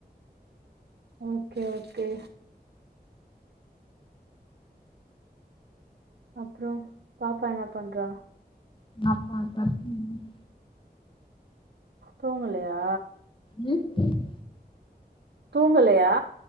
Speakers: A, on the right; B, on the left.
A: ஓகே ஓகே அப்புற பாப்பா என்ன பண்றா
B: அப்பா <unintelligible>
A: தூங்கலையா
B: ம்
A: தூங்கலையா